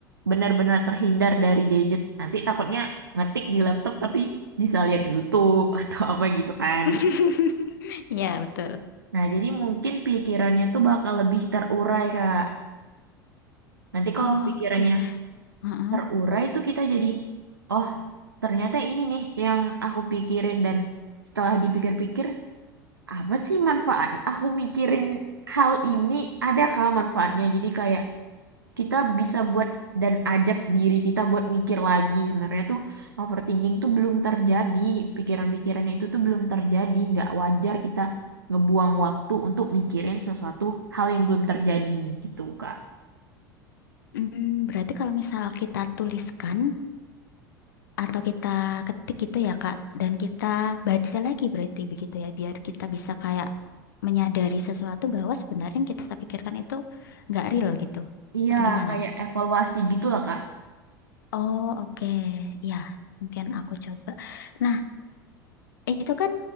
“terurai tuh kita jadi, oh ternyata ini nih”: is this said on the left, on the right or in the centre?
Right